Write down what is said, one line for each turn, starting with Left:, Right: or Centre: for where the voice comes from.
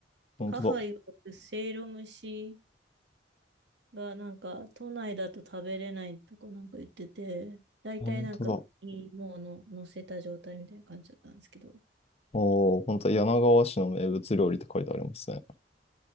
Left: 本当だ。
Right: 母曰くせいろ蒸しがなんか都内だと食べれないとかなんか言ってて、大体なんか上にもうの乗せた状態みたいな感じだったんですけど。
Left: 本当だ。おー、本当だ。柳川市の名物料理って書いてありますね。